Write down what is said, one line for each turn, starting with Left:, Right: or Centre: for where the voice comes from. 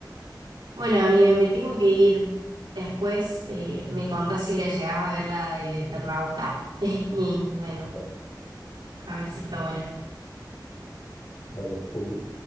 Right: Bueno, amigo, me tengo que ir. Después eh, me contás si la llegás a ver la del Eternauta. <laughs> Y bueno,
Left: <laughs>
Right: a ver si está buena.
Left: Hay hay el